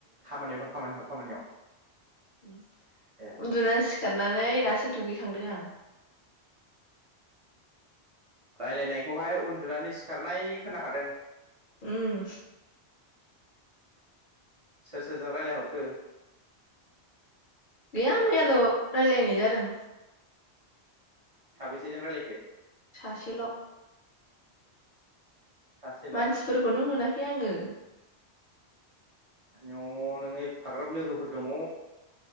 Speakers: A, on the right; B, on the left.
A: खामानियाव दं खामानियाव खामानियाव।
B: उम
A: ए
B: उन्दुनानै सिखार नानै दासो दुगैखांदों आं।
A: रायलायनायखौहाय उन्दुनानै सिखारनाय खोनाखादों।
B: उम
A: सोर सोरजों रायलायहरखो?
B: गैया मैयाल' रायलायनाय जादों।
A: साबेसेजों रायलायखो?
B: सासेल'।
A: सासेल'
B: मानसिफोरखौनो मोनाखै आङो।
A: न' नोङो एफाग्राब लोगोफोर दङ।